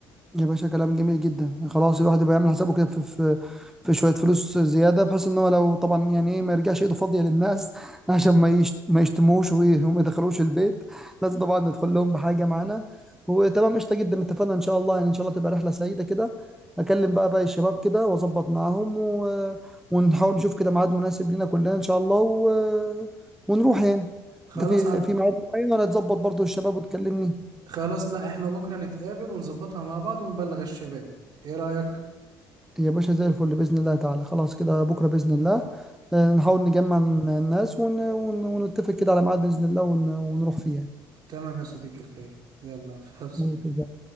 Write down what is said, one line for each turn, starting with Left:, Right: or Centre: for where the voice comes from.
Centre: يا باشا كلام جميل جدا خلاص الواحد يبقى يعمل حسابه كده في في في شويه فلوس زياده بحيث ان هو لو طبعا يعني ايه ما يرجعش ايده فاضيه للناس <laughs> عشان ما يشت ما يشتموش وي- وما يدخلوش البيت لازم طبعا ندخل لهم بحاجه معانا وتمام قشطه جدا اتفقنا ان شاء الله يعني ان شاء الله تبقى رحله سعيده كده اكلم بقى باقي الشباب كده واظبط معاهم و... ونحاول نشوف كده ميعاد مناسب لينا كلنا ان شاء الله و... ونروح يعني
Right: خلاص
Centre: انت في في ميعاد معين ولا تظبط برضو الشباب وتكلمني
Right: خلاص لا احنا بكرة نتقابل ونظبطها مع بعض ونبلغ الشباب ايه رأيك
Centre: يا باشا زي الفل بإذن الله تعالى خلاص كده بكرة بإذن الله آه، نحاول نجمع الناس ون... ون... ونتفق كده على ميعاد بإذن الله ون... ونروح فيه يعني
Right: تمام يا صديقي الغالي يلا في حفظ
Centre: ممكن
Right: الله